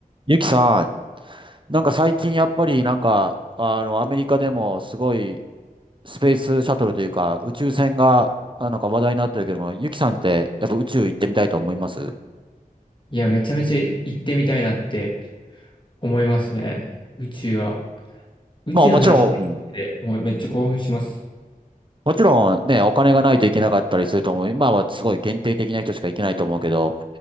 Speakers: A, on the right (about 35°); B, on the left (about 35°).
A: ゆきさん、なんか最近やっぱりなんか、あの、アメリカでもすごいスペースシャトルというか宇宙船があなんか話題になってるけども、ゆきさんってやっぱ宇宙行ってみたいと思います
B: いや、めちゃめちゃ行ってみたいなって思いますね。宇宙は。宇宙の話できて、
A: まあもちろん、うん、
B: もうめっちゃ興奮します。
A: もちろんね、お金がないといけなかったりすると思う。今はすごい限定的な人しか行けないと思うけど、